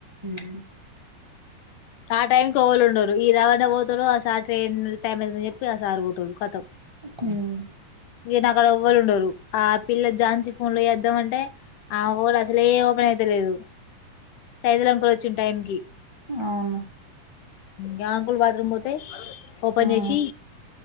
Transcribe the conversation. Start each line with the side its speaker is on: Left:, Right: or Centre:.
Right: ఉమ్
Left: ఆహ్ టైమ్ కి ఎవల్ ఉండరు ఈ రవుండా పోతారో అసార్ ట్రైన్. టైమ్ ఎంతో జెప్పి ఆ సారు ఒతాడు కతం
Right: ఉమ్
Left: ఈడ్న అక్కడ ఎవ్వళు ఉండరు ఆ పిల్ల ఝాన్సీ ఫోన్ లో చేద్దాం అంటే ఆ ఫోన్ అస్సలే ఓపెన్ అయితలేదు సైదులంకులు వచ్చిన టైమ్ కి
Right: అవును
Left: గా అంకుల్ బాత్రూమ్ పోతే ఓపెన్
Right: ఆ
Left: జెసి